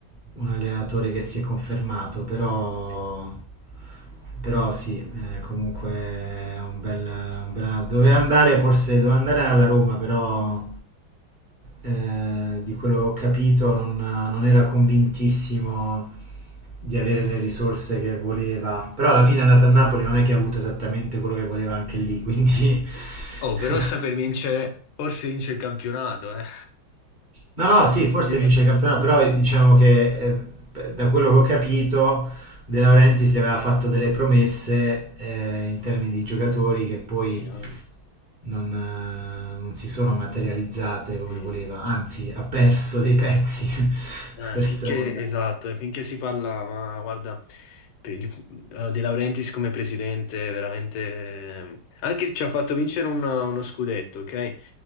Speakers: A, on the right; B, on the left.
A: un allenatore che si è confermato, però,
B: Eh,
A: però sì, è comunque è un bel, un bel allenatore. Doveva andare, forse doveva andare alla Roma, però eh, di quello che ho capito non, non era convintissimo di avere le risorse che voleva. Però alla fine è andata a Napoli, non è che ha avuto esattamente quello che voleva anche lì, quindi...
B: Oh, però
A: <laughs>
B: sta per vincere, forse vince il campionato, eh.
A: No, no, sì, forse
B: Quindi,
A: vince il campionato, però diciamo che eh, da quello che ho capito, De Laurentiis gli aveva fatto delle promesse eh, in termini di giocatori che poi
B: sì, no?
A: non, eh, non si sono materializzate come
B: Sì.
A: voleva, anzi ha perso dei pezzi <laughs>
B: Eh,
A: per
B: finché,
A: strada.
B: esatto, e finché si parla, ma guarda, per il- eh, De Laurentiis come presidente, veramente, eh, anche se ci ha fatto vincere un- uno scudetto, ok?